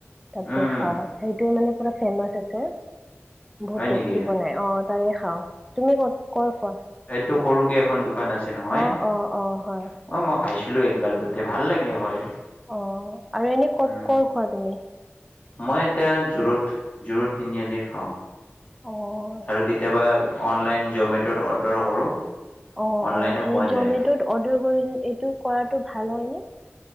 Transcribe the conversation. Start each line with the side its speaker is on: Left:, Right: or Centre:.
Centre: তাতে
Left: উম
Centre: খাওঁ। সেইটো মানে পুৰা ফেমাচ আছে। বহুত
Left: হয় নেকি
Centre: টেষ্টি বনাই অহ, তাৰে খাওঁ। তুমি কত কৰ খোৱা?
Left: টো সৰুকে এখন দোকান আছে নহয়।
Centre: অ',
Left: অহ,
Centre: অ', অ', হয়
Left: ম খাইছিলোঁ একবাৰ তাতে ভাল লাগে হয়।
Centre: অহ' আৰু এনে কত
Left: উম,
Centre: কৰ খোৱা তুমি?
Left: মই এতিয়া জোৰত, জোৰত তিনিআলিৰ খাওঁ।
Centre: অ',
Left: আৰু কেতিয়াবা অনলাইন জ'মেটত অৰ্ডাৰো কৰোঁ।
Centre: অহ',
Left: অনলাইনো
Centre: অহ' এই
Left: পোৱা
Centre: জমেটত
Left: যায়।
Centre: অৰ্ডাৰ কৰি এইটো কৰাটো ভাল হয় নে।